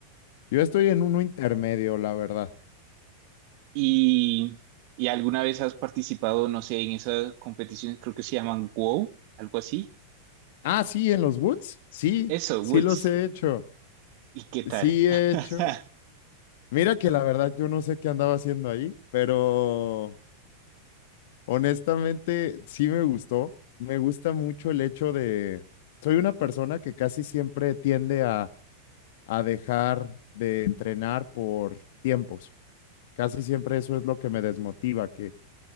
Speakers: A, on the left (about 50°); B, on the right (about 45°).
A: Yo estoy en uno intermedio, la verdad.
B: Y, y alguna vez has participado, no sé, en esas competiciones, creo que se llaman WOW, algo así.
A: Ah, sí, en los Woods. Sí,
B: Eso,
A: sí
B: Woods.
A: los he hecho.
B: ¿Y qué tal?
A: Sí he
B: <laughs>
A: hecho. Mira que la verdad yo no sé qué andaba haciendo ahí, pero honestamente sí me gustó. Me gusta mucho el hecho de... Soy una persona que casi siempre tiende a a dejar de entrenar por tiempos. Casi siempre eso es lo que me desmotiva, que